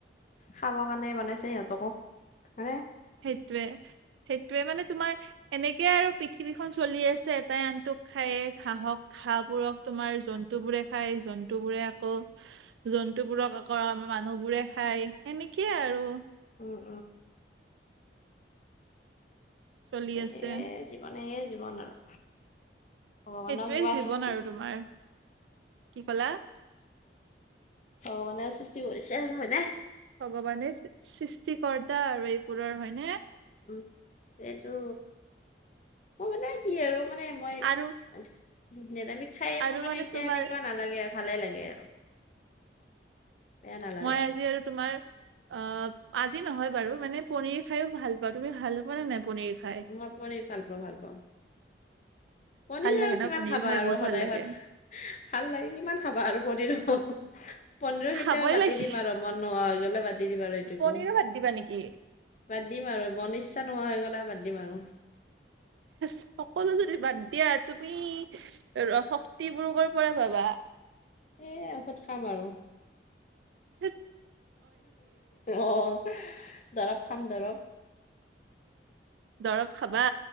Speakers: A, on the left (about 40°); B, on the right (about 80°).
A: খাবৰ কাৰণে বনাইছে সিহঁতকো হয়নে?
B: সেইটোৱে, সেইটোৱে মানে তোমাৰ এনেকে আৰু পৃথিৱীখন চলি আছে এটাই আনটো খায়ে ঘাহক খাঁহবোৰক তোমাৰ জন্তুবোৰে খায় জন্তু বোৰে আকৌ জন্তুবোৰক আকৌ আমাৰ মানুহবোৰে খায় সেনেকিয়েই আৰু।
A: উ।
B: চলি
A: এ,
B: আছে
A: এ, এ, জীৱন সেয়ে জীৱন আৰু। ভগৱানেও
B: সেইটোৱে
A: কিবা
B: জীৱন
A: সৃষ্টি
B: আৰু তোমাৰ। কি কলা?
A: অ' মানে সৃষ্টি কৰিছে হয় নাই?
B: ভগৱানে সৃষ্টিকৰ্তা আৰু এইবোৰৰ হয়নে?
A: উ, সেইটো মোৰ মানে কি আৰু মানে মানে
B: আৰু
A: মই নিৰামিষ খায়ে
B: আৰু
A: মোৰ মানে এতিয়া
B: তোমাৰ
A: সনেকুৱা নালাগে আৰু। ভালে লাগে আৰু। বেয়া নালাগে
B: মই আজি আৰু তোমাৰ অ আজি নহয় বাৰু মানে পনিৰ খায়ো ভাল পাওঁ। তুমি ভাল নোপোৱা নে নাই পনিৰ? খাই
A: মই পনিৰ ভাল পাওঁ ভাল পাওঁ। পনীৰ
B: ভাল লাগে
A: আৰু
B: ন
A: কিমান
B: পনীৰ
A: খাবা
B: খাই
A: আৰু
B: বহুত
A: সদায়
B: ভাল লাগে
A: সদা, ভাল লাগে কিমান খাবা আৰু পনীৰ পনিৰো
B: খাবই
A: কেতিয়াবা পাতি
B: লাগে
A: দিম আৰু মন নোহোৱা হৈ গলে। বাদ দি দিম আৰু এইটোকো,
B: পনীৰো বাদ দিবা নেকি
A: বাদ দিম আৰু মন ইচ্ছা নোহোৱা হৈ গ'ল বাদ দিম আৰু।
B: সকলো যদি বাদ দিয়া তুমি ৰ-শক্তিবোৰ ক'ৰ পৰা পাবা?
A: সেয়েৱঔষধ খাম আৰু।
B: দেইত।
A: অ' দৰৱ খাম দৰৱ।
B: দৰৱ খাবা?